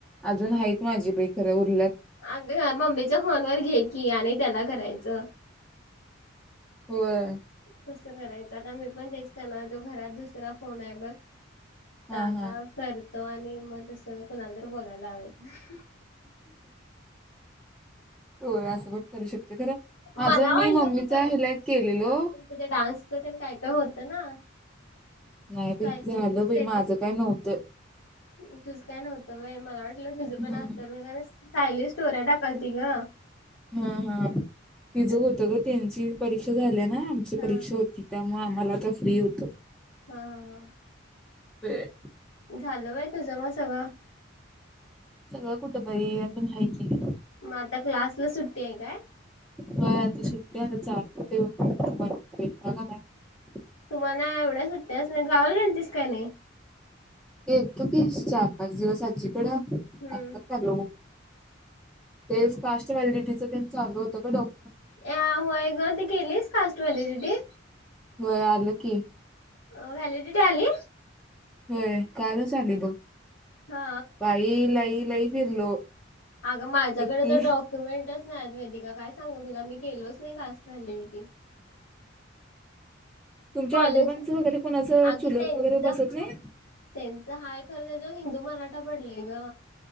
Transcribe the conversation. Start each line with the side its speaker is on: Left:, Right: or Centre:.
Centre: अजून हायीत माझी बाई खरं उरल्यात
Left: अग मम्मीच्या फोन वर घे की आणि त्याला करायचं.
Centre: व्हय
Left: तस करायच आता मी पण तेच करणार होतो. घरात दुसरा फोन आहे बघ
Centre: हां,
Left: <unintelligible>
Centre: हां.
Left: तो आणि म तस कुणाला तर बोलायला लावायचं.
Centre: व्हय असं पण करू शकते खरं माझं
Left: मला
Centre: मी
Left: वाटलं
Centre: मम्मीच्या
Left: तू करत
Centre: ह्याला
Left: असशील,
Centre: केलेलो.
Left: कारण तु डान्सच तेन काय काय होतं हां
Centre: नाही बाई
Left: सायलीच
Centre: झालं
Left: स्टेटस
Centre: बाई माझं काय नव्हतं.
Left: तुझं काय नव्हतं व्हय, मला वाटलं तुझ
Centre: हं,
Left: पण असल सायली स्टोऱ्या टाकालती ग-
Centre: हम् हम् तिचं होतं ग त्यांची परीक्षा झाल्या नाही आमची
Left: हा
Centre: परीक्षा होती त्यामुळ आम्हा मला तर फ्री होत.
Left: हा हा हा
Centre: <unintelligible>
Left: झालं बाई तुझं म सगळं.
Centre: सगळं कुठं बाई अजून हाय की.
Left: म आता क्लासला सुट् ते काय?
Centre: व्हय आता सुट्या चालू होतय बग. भेटला का नाय?
Left: तुम्हाला एवढ्या सुट्ट्या असुन गावाला गेलतीस का नाही?
Centre: गेलतो की चार पाच दिवस आजी इकडं आताच
Left: हम्म
Centre: आलो. तेच
Left: हम्म
Centre: कास्ट व्हॅलिडिटीच तेच चालु होते ग डॉक
Left: या व्हय ग, ती केलीस कास्ट व्हॅलिडिटी?
Centre: व्हय आलं की.
Left: अ व्हीलिडिटी आली.
Centre: होय कालच आली बघ.
Left: हा
Centre: बाई लई लई फिरलो.
Left: अग माझ्याकडे
Centre: एकटी
Left: जर डॉक्युमेंट नाहिच वेदिका काय सांगू तुला मी केलोच नाही कास्ट व्हॅलिडिटी.
Centre: तुमच्या
Left: कॉलेज,
Centre: आजोबांचं वगैरे कोणाचं
Left: अग
Centre: चुलत
Left: त्यांच
Centre: वगैरे
Left: हाय.
Centre: बसत नाही
Left: त्यांच हाय खरं, त्यांच्या हिंदू मराठा पडलय ग.